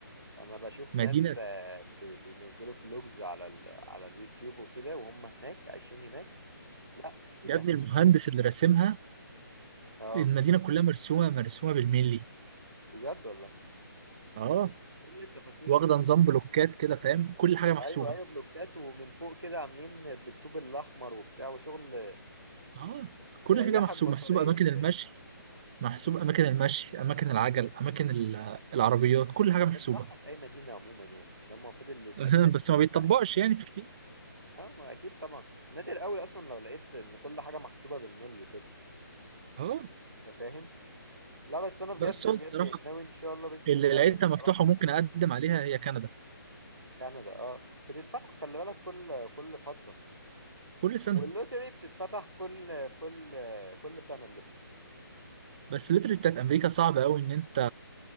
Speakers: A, on the right (about 80°); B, on the right (about 20°).
A: انا بشوف ناس
B: مدينه
A: آه، ب- بينزلوا فلوجز على ال... على اليوتيوب وكده وهم هناك عايشين هناك لا ايه
B: يا
A: ده
B: ابني المهندس اللي راسمها
A: اه
B: المدينه كلها مرسومه مرسومه بالملي
A: بجد والله
B: اه
A: كل التفاصيل
B: واخده
A: دي
B: نظام بلوكات كده فاهم كل حاجه محسوبه
A: ايوه ايوه بلوكات ومن فوق كده عاملين بالطوب الاحمر وبتاع وشغل
B: اه كل
A: يريحك
B: حاجه محسوبه
A: بصريا
B: محسوبه اماكن المشي
A: فاهم
B: محسوب اماكن المشي اماكن العجل اماكن ال- العربيات كل حاجه محسوبه
A: ده الصح في اي مدينه عموما يعني ده المفروض اللي يبقى
B: <laughs>
A: التأثير
B: بس ما بيتطبقش
A: بتاع أي مدينة.
B: يعني في كتير
A: اه ما اكيد طبعا نادر قوي اصلا لو لقيت ان كل حاجه محسوبه بالملي كده
B: اه
A: أنت فاهم لا بس انا بجد
B: بس
A: بجد
B: هو الصراحه
A: ناوي ان شاء الله باذن
B: اللي
A: الله
B: لقيتها
A: يعني
B: مفتوحه
A: اروح
B: وممكن
A: المانيا
B: اقدم عليها هي كندا
A: كندا اه بتتفتح خلي بالك كل كل فتره
B: كل سنه
A: واللوتري بتتفتح كل كل كل سنه اللوتري
B: بس الليتري بتاعت امريكا صعب قوي ان انت